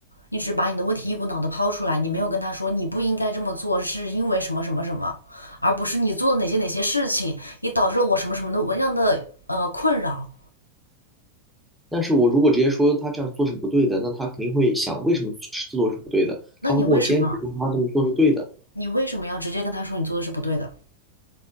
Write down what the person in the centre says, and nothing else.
但是我如果直接说他这样做是不对的，那他肯定会想为什么这么做是不对的，
他会跟我坚持说他这么做是对的，